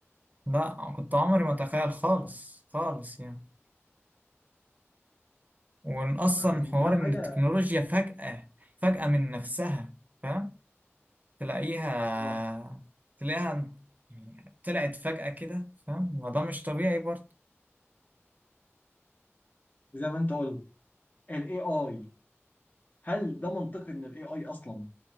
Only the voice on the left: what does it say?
فده
حاجه
اه
زي ما انت قلت الاي اي هل ده منطقي ان الاي اي اصلا